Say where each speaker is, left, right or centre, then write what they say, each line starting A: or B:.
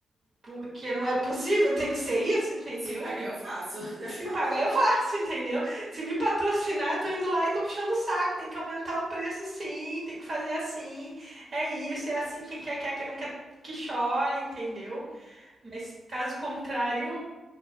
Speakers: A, on the right (about 50°); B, on the right (about 30°).
A: Porque não é possível, <laughs> tem que ser isso, entendeu,
B: se pagar
A: amiga?
B: eu faço. <laughs>
A: Se pagar, eu faço, entendeu? Se me patrocinar, eu tô indo lá e tô puxando o saco. Tem que aumentar o preço, sim. Tem que fazer assim. É isso, é assim. Quem quer, quer. Quem não quer, que chore, entendeu? Mas caso contrário,